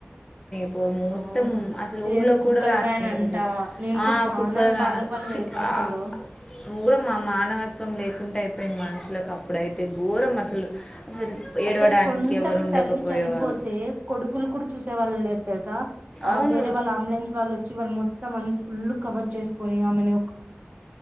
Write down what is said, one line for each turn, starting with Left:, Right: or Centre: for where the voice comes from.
Left: తో మొత్తం
Right: అవును
Left: అసలు ఊర్లో
Right: ఏది కుక్కల
Left: కూడా రానియకపో
Right: వ్యాన్ అంట నేను
Left: ఆ
Right: కూడా చాలా
Left: కుక్కలన
Right: బాధపడిన
Left: చీ
Right: తెలుసా
Left: అ‌
Right: అసలు
Left: మురమా మానవత్వం లే కుంట అయిపోయింది మనుషులకు అప్పుడైతే ఘోరం అసలు అసలు ఏడవడానికి
Right: అసలు సొంతం
Left: ఎవరు ఉండకపోయేవారు
Right: తల్లి చనిపోతే కొడుకులు కూడా చూసే వాళ్ళు లేరు తెలుసా ఆ
Left: అవును
Right: వేరే వాళ్ళు అంబులెన్స్ వాళ్ళు వచ్చి వాళ్ళు మొత్తం అంతా ఫుల్ కవర్ చేసుకొని ఆమెను